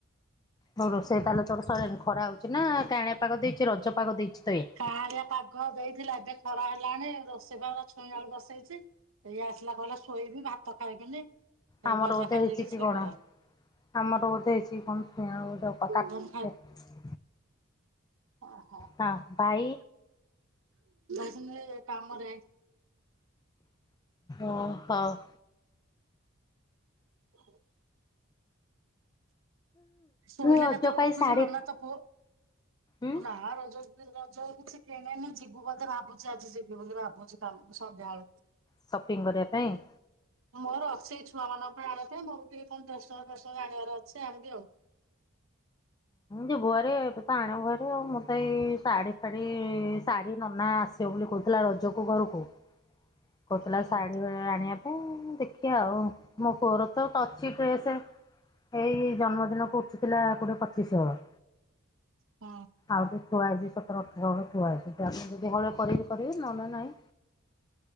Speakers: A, on the left; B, on the right.
A: ସବୁ ରୋଷେଇ ତାହେଲ ତମର ସରିନି। ଖରା ହୋଉଚି ନା କାଣାଁଳିଆ ପାଗ ଦେଇଚି, ରଜ ପାଗ ଦେଇଚି ତ ଏ
B: କାଁଳିଆ ପାଗ ଦେଇଥିଲା ଏବେ ଖରା ହେଲାଣି। ରୋଷେଇ ପା ମୁଁ ଛୁଇଁ ଆଳୁ ବସେଇଚି। ଇଏ ଆସିଲା କହିଲା ଶୋଇବି ଭାତ ଖାଇବିନି,
A: ଆମର
B: ଏ ଭଜା
A: ବୋଧେ
B: ଖାଇ
A: ହେଇଚି
B: ଦେଇକି
A: କି
B: ଶୋଇପଲା।
A: କଣ? ଆମର ବୋଧେ ହେଇଛି କଣ ଛୁଇଁ ଆଳୁ <unintelligible>
B: ଧନୁ ଓହୋ
A: ହଁ ଭାଇ
B: <inaudible> କାମରେ ହେଇ
A: ଅହ।
B: <inaudible> ଶୋଇଲେ
A: ରଜ
B: କେତେବେଳେ
A: ପାଇଁ
B: ଉଠୁଛୁଲ
A: ଶାଢୀ
B: ମା ତୋ ପୁଅ
A: ଉଁ
B: ନା ରଜ <unintelligible> ରଜ କିଛି କିଣିନି ଯିବୁ ବୋଧେ ଭାବୁଛି ଆଜି ଯିବି ବୋଲି ଭାବୁଛି କାଲି ସନ୍ଧ୍ୟା ବେଳ
A: ସପିଙ୍ଗ କରିବା ପାଇଁ।
B: ମୋର ଅଛି ଏଇ ଛୁଆମାନଙ୍କ ପାଇଁ ଆମ ପାଇଁ ମୋର ଟିକେ କଣ ଆଣିବାର ଅଛି ଆଣିବି ଆଉ। <unintelligible> <inaudible>
A: ତୀ ଭୁଅରେ ପାଣ ଘରେ ଆଉ ମୁଁତ ଏଇ ଶାଢ଼ୀ ଫାଢୀ ଶାଢୀ ନନା ଆସ ସିବ ବୋଲି କହୁଥିଲା ରଜକୁ ଘରୁକୁ। କହୁଥିଲା
B: ହୁଁ
A: ଶାଢୀ ଫା-ଆଣିବା ପାଇଁ ଦେଖିଆ ଆଉ ମୋ ପୁଅରତ ଅଛି ଡ୍ରେସ୍ ଏଇ ଜନ୍ମଦିନକୁ ଉଠିଥିଲା କୋଡ଼ିଏ ପଚିଶି ହଳ
B: ହଁ।
A: ଆଉ ବି ଥୁଆହେଇଛି ସତର ଅଠର ହଳ ଥୁଆହେଇଛି ତା ପାଇଁ ଯଦି ହଳେ କରିବେ କରିବେ ନହଲେ ନାଇଁ